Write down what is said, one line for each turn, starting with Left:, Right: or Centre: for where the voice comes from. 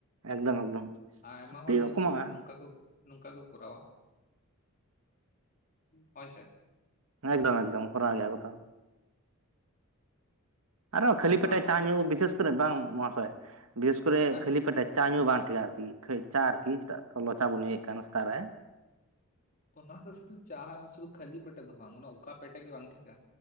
Right: ᱮᱠᱫᱚᱢ ᱮᱠᱫᱚᱢ
Left: ᱟᱭᱢᱟ
Right: ᱥᱚᱠᱛᱤ
Left: ᱦᱚᱲ
Right: ᱦᱚᱸ
Left: ᱜᱮ ᱟᱵᱚᱨᱮᱱ
Right: ᱠᱚᱢᱚᱜᱼᱟ
Left: ᱠᱚ ᱱᱚᱝᱠᱟ ᱠᱚ ᱱᱚᱝᱠᱟ ᱠᱚ ᱠᱚᱨᱟᱣᱟ ᱦᱚᱭ ᱥᱮ
Right: ᱮᱠᱫᱚᱢ ᱮᱠᱫᱚᱢ ᱠᱚᱨᱟᱣ ᱜᱮᱭᱟ ᱠᱚᱛᱚ ᱟᱨᱦᱚᱸ ᱠᱷᱟᱹᱞᱤ
Left: ᱛᱚ
Right: ᱯᱮᱴᱮ
Left: ᱟᱢ
Right: ᱪᱟ
Left: ᱡᱚᱠᱷᱚᱱ
Right: ᱧᱩ ᱵᱤᱥᱮᱥ ᱠᱚᱨᱮ ᱵᱟᱝ ᱢᱟᱦᱚᱥᱚᱭ ᱵᱤᱥᱮᱥ ᱠᱚᱨᱮ
Left: ᱟᱸ
Right: ᱠᱷᱟᱹᱞᱤ ᱯᱮᱴᱮᱼᱼ ᱪᱟ ᱧᱩ ᱵᱟᱝ ᱴᱷᱤᱠᱟᱹ ᱟᱨ ᱠᱤ, ᱠᱷᱟᱹᱭ ᱪᱟ ᱟᱨ ᱠᱤ, ᱪᱮᱫᱟᱜ ᱞᱚᱞᱚ ᱪᱟ ᱵᱚᱱ ᱧᱩᱭᱮᱫ ᱠᱟᱱ ᱥᱮᱛᱟᱜ ᱨᱮ᱾
Left: ᱚᱱᱟ ᱫᱚ ᱥᱩᱫᱩ ᱪᱟᱦᱟ ᱥᱩᱫᱩ ᱠᱷᱟᱹᱞᱤ ᱯᱮᱴᱮ ᱫᱚ ᱵᱟᱝ ᱚᱱᱟ ᱚᱠᱟ ᱯᱮᱴᱮ ᱜᱮ ᱵᱟᱝ ᱴᱷᱤᱠᱟ